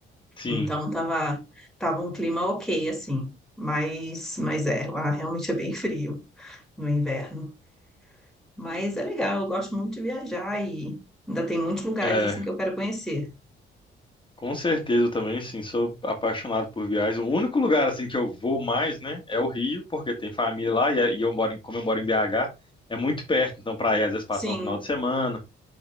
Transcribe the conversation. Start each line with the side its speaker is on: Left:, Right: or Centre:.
Left: Sim.
Centre: Então tava, tava um clima ok, assim. Mas, mas é, lá realmente é bem frio no inverno. Mas é legal, eu gosto muito de viajar e ainda tem muitos lugares
Left: É.
Centre: assim que eu quero conhecer.
Left: Com certeza, eu também, assim, sou apaixonado por viagens. O único lugar, assim, que eu vou mais, né, é o Rio, porque tem família lá e, é- e eu moro em, como eu moro em BH, é muito perto, então pra ir às vezes passar
Centre: Sim,
Left: um final de semana.